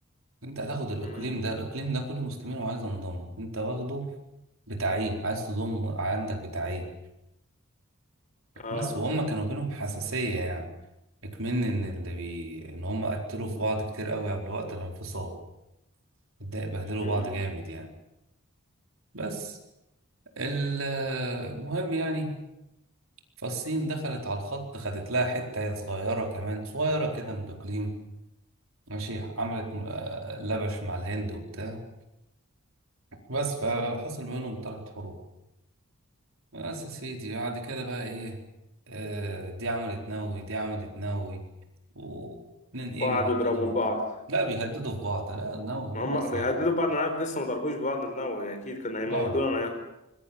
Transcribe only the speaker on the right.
انت هتاخد الاقليم
ده الاقليم ده كله مسلمين وعايز انضم انت واخده بتاعيه عايز تضمه عندك بتاعيه
بس وهم كانوا بينهم حساسية يعني اكمن ان اللي بي... ان هم قتلوا في بعض كتير قوي قبل وقت الانفصال اتضايق- بهدلوا
بعض جامد يعني بس ال- المهم يعني فالصين دخلت على الخط خدت لها حتة صغيرة كمان صغيرة كده من الإقليم ماشي عملت آه، لبش مع الهند وبتاع بس فحصل بينهم طلعت حروب بس يا سيدي بعد كده بقى ايه آه دي عملت نووي دي عملت نووي واتنين ايه
بيهددوا
بعض
لا بيهددوا في بعض لا نووي
يا ناقصة
اه